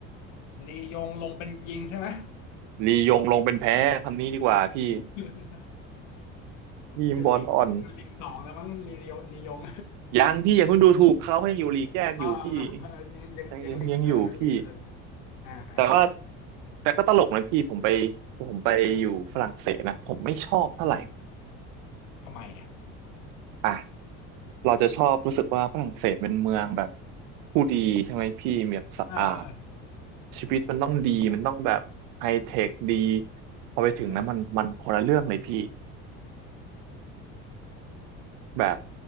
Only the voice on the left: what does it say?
ลียงลงเป็นยิงใช่ไหม
<laughs>
อยู่ลีกอยู่ลีกสองแล้วมั้งลียงลียง
เออเออยังยังหลีกเอิงยังหลีกเอิง
อ่าอ่าอ่า
อืมทำไมอ่ะ
เออเออ
ซีวิไล
อ่า